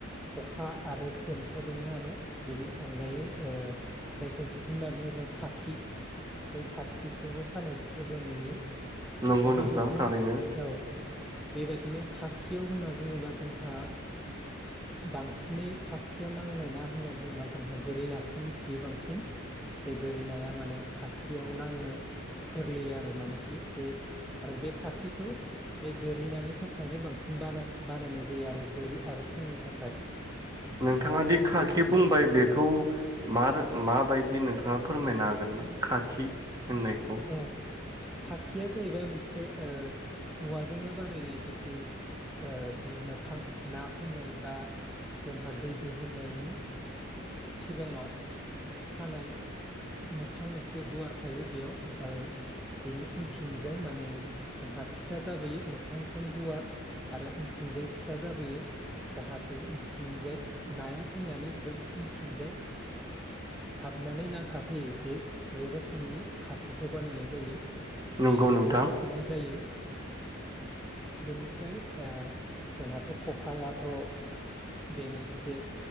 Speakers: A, in the centre; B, on the right.
A: खखा आरो सन्थ' दङआनो बेनि अनगायै जायखौ होनना बुङो जों खाखि बै खाखिखौबो सानायखौ जों नुयो।
B: नंगौ
A: दा
B: नोंथां
A: बेबायदिनो
B: थारैनो
A: औ। बेबदिनो खाखियाव होनना बुङोबा जोंहा बांसिनै खाखियाव नांनाय ना होनना बुङोबा जोंहा गोरि नाखौ मिथियो बांसिन बे गोरि नाया माने खाखियाव नांनो गोरलैयो आरो मानेखि बे आरो बे खाखिखौ बे गोरिनि नानि थाखायनो बांसिनानाय बानायनाय जायो आरो गोरि आरो सिंनि थाखाय
B: नोंथाङा
A: दा
B: दि
A: थिग
B: खाखि
A: बेबादिनो
B: बुंबाय बेखौ म माबायदि नोंथाङा फोरमायनो हागोन ना? खााखि होननायखौ
A: औ खाखिया जाहैबाय मोनसे ओ औवाजोंनो बानायनाय जिथु ओ जि मोखां ना फैनाय बा जोंहा दै बोहैनायनि सिगाङाव सानाय मोखां मोनसे गुवार थायो बेयाव ओमफ्राय बेनि उनथिंजाय माने जोंहा फिसा जाबोयो मोखांजों गुवार आरो उनथिंजाय फिसा जाबोयो जाहाथे उनथिंजाय नाया फैनानै ग्रोब उनथिंजाय हाबनानै नांथाबफैयो बे बे रोखोमनि खाखिखौ बानायनाय जायो।
B: नंगौ
A: बे दुलुर
B: नोंथां
A: रोखोमनि जायो। बेनिफ्राय ओ जोंहाथ' खखायाथ' बे मोनसे